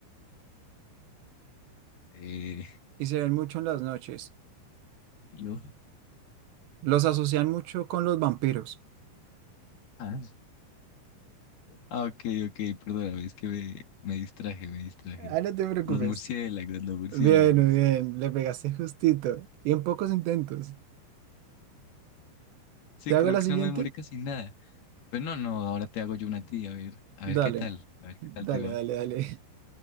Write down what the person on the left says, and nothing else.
Eh,
lo-
Ah. Ah, ok, ok, perdóname, es que me, me distraje, me distraje.
Los murciélagos, los murciélagos.
Sí,
creo
que
no me demoré casi nada. Pero no, no, ahora te hago yo una tía, a ver, a
ver qué tal, a ver qué
tal te va.